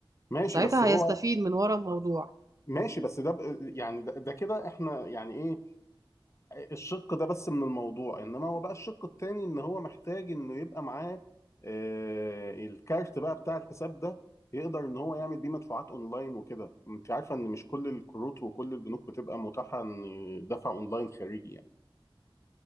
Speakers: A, on the left; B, on the right.
A: ماشي
B: ساعتها
A: بس هو
B: هيستفيد من ورا الموضوع
A: ماشي بس ده ب- يعني ده, ده كده احنا يعني ايه الشق ده بس من الموضوع انما هو بقى الشق التاني ان هو محتاج انه يبقى معاه آه، الكارت بقى بتاع الحساب ده يقدر ان هو يعمل بيه مدفوعات اونلاين وكده انت عارفة ان مش كل الكروت وكل البنوك بتبقى متاحة ان دفع اونلاين خارجي يعني